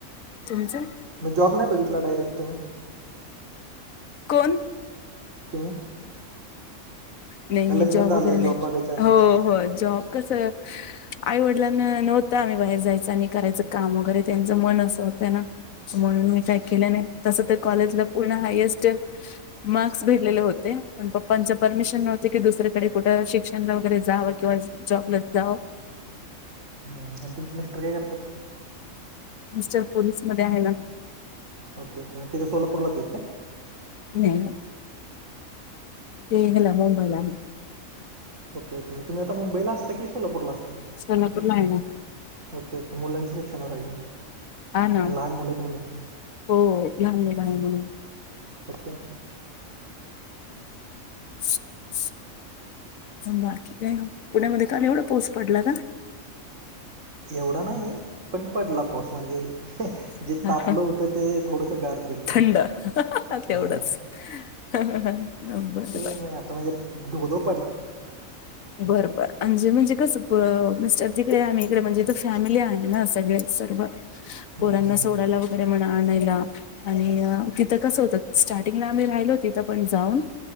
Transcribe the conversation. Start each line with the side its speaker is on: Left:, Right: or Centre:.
Left: तुमचं
Right: मग जॉब नाही बघितला डायरेक्ट तुम्ही
Left: कोण?
Right: तुम्ही
Left: नाही,
Right: का
Left: नाही
Right: लग्न
Left: जॉब
Right: झालं
Left: वगैरे नाही,
Right: बघायच्या आधीच
Left: हो- हो जॉब कसं आईवडिलांना नव्हतं आम्ही बाहेर जायच, आणि करायचं काम वगैरे, त्यांचं मन असं होतं ना. म्हणून मी काय केल नाही. तसं तर कॉलेजला पूर्ण हायस्ट मार्कस भेटलेले होते, प पप्पाचं परमिश नव्हती की दुसरीकडे कुठे शिक्षनाला वगैरे जावं., कींवा जॉब ला जावं.
Right: हम्म, आणि तुमचे मिस्टर काय करतात?
Left: मिस्टर पोलीसमध्ये आहे ना.
Right: ओके -ओके म तिथे सोलापरला आहेत काय?
Left: हम्म् ते गेला मुंबईला आणि
Right: ओके ओके, तुम्ही आता मुंबईला असता की सोलापूरला असता.?
Left: सोलापूरला आहे ना
Right: ओके ओके मुलांच्या शिक्षणासाठी
Left: हा ना,
Right: लहान मुलं आहेत म्हणून
Left: हो लहान मुलांमुळे
Right: ओके, ओके.
Left: अ <unintelligible> बाकी काय, पुण्यामध्ये काल एवढा पाऊस पडला ना.
Right: एवढा नाही. पण पडला पाऊस म्हणजे, जे
Left: का
Right: तापलं होतं ते थोडंसं गार. केलं
Left: थंड तेवढंच
Right: हां
Left: बर ह्ह्ह्ह.
Right: कि आता म्हणजे, धों धो.
Left: बर -बर आणि जे म्हणजे कसं मिस्टर तिकडे, आम्ही इकडे, म्हणजे फॅमिली आहे ना सगळेच सर्व.
Right: हम्म,
Left: पोरांना
Right: हम्म, हम्म,
Left: सोडायला वगैरे म्हणा आणायला. आणि तिथं कसं होतं, स्टार्टिंगला आम्ही राहिलो तिथं पण जाऊन,